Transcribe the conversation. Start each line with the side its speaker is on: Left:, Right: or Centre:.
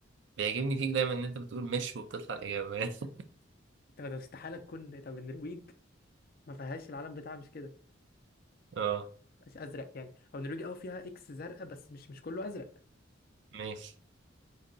Right: بيعجبني فيك دايما ان انت بتقول مش وبتطلع الاجابه <laughs>
Left: طب طب استحاله تكون طب النرويج ما فيهاش العلم بتاعها مش كده
Right: اه
Left: مش ازرق يعني او النرويج اه فيها اكس زرقاء بس مش مش كله ازرق
Right: ماشي